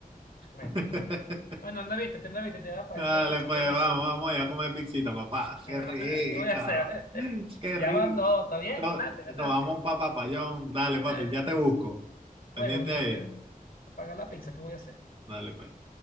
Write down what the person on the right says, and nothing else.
<laughs>
Dale,
pues
vamos,
vamos allá a comer pizzita, papá.
Qué rica,
qué
rico.
Nos vamos para Papayón. Dale,
papi, ya te busco. Pendiente
ahí.
Dale, pues.